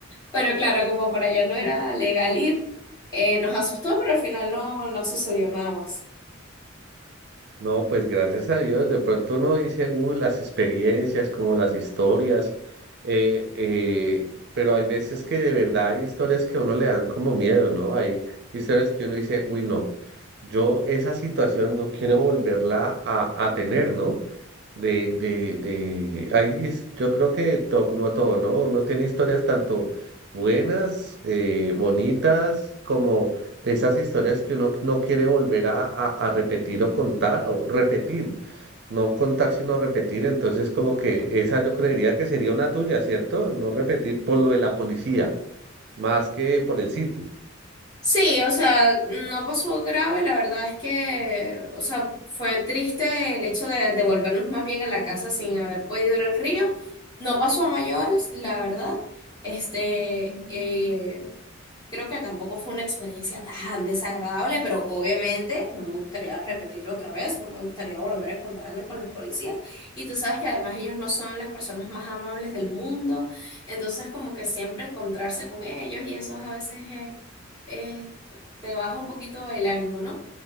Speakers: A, on the left (about 20°); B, on the right (about 55°).
A: Pero claro, como para allá no era legal ir, eh, nos asustó, pero al final no, no sucedió nada más.
B: No, pues gracias a Dios, de pronto uno dice, uh, las experiencias, como las historias, eh, eh, pero hay veces que de verdad hay historias que a uno le dan como miedo, ¿no? Hay historias que uno dice, uy, no, yo esa situación no quiero volverla a, a tener, ¿no? De, de, de, hay his- yo creo que todo, como todo, ¿no? Uno tiene historias tanto buenas, eh, bonitas, como de esas historias que uno no quiere volver a, a- a repetir o contar, o repetir, no contar sino repetir, entonces como que esa yo creería que sería una tuya, ¿cierto? No repetir por lo de la policía, más que por el sitio.
A: Sí, o sea, no pasó grave, la verdad es que, o sea, fue triste el hecho de devolvernos más bien a la casa sin haber podido ir al río. No pasó a mayores, la verdad. Este, eh, Creo que tampoco fue una experiencia tan desagradable, pero obviamente no me gustaría repetirlo otra vez, no me gustaría volver a encontrarme con los policías. Y tú sabes que además ellos no son las personas más amables del mundo, entonces como que siempre encontrarse con ellos y eso a veces eh, eh, te baja un poquito el ánimo, ¿no?